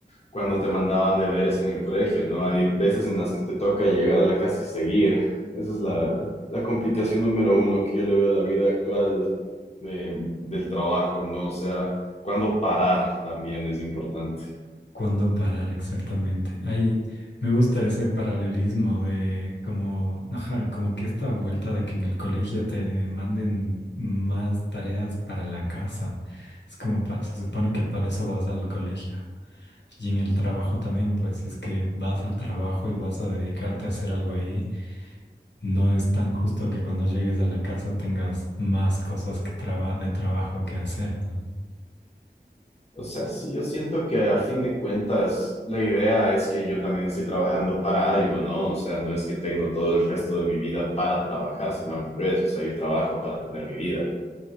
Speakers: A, on the left; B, on the left.
A: cuando te mandaban deberes en el colegio, ¿no? Hay veces en las que te toca llegar a la casa y seguir. Esa es la, la complicación número uno que yo le veo a la vida actual de- del trabajo, ¿no? O sea, cuándo parar también es importante.
B: ¿Cuándo parar exactamente? Ay, me gusta ese paralelismo de como, ajá, como que esta vuelta de que en el colegio te manden más tareas para la casa. Es como, pa- se supone que para eso vas al colegio. Y en el trabajo también, pues si es que vas al trabajo y vas a dedicarte a hacer algo ahí, no es tan justo que cuando llegues a la casa tengas más cosas que traba- de trabajo que hacer, ¿no?
A: O sea, sí, yo siento que a fin de cuentas la idea es que yo también estoy trabajando para algo, ¿no? O sea, no es que tengo todo el resto de mi vida para trabajar, sino al revés, o sea, yo trabajo para tener mi vida.